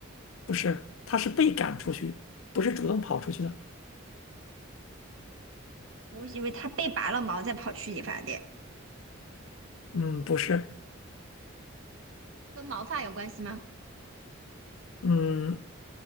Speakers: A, on the left (about 75°); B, on the right (about 75°).
A: 不是，他是被赶出去，不是主动跑出去的。
B: 我以为它被拔了毛再跑去理发店，
A: 嗯，不是，
B: 跟毛发有关系吗？
A: 嗯，